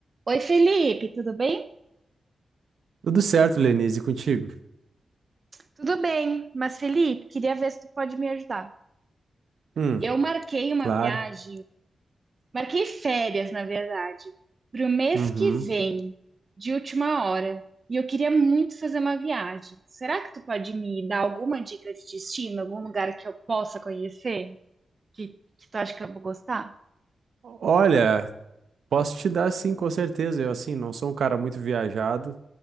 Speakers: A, on the right; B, on the right.
A: Oi, Felipe, tudo bem?
B: Tudo certo, Lenise, e contigo?
A: Tudo bem, mas Felipe, queria ver se tu pode me ajudar.
B: Hum,
A: Eu marquei uma
B: claro.
A: viagem, marquei férias, na verdade, para o mês
B: Uhum.
A: que vem, de última hora, e eu queria muito fazer uma viagem. Será que tu pode me dar alguma dica de destino, algum lugar que eu possa conhecer? Que, que tu acha que eu vou gostar?
B: Olha, posso te dar sim, com certeza. Eu, assim, não sou um cara muito viajado,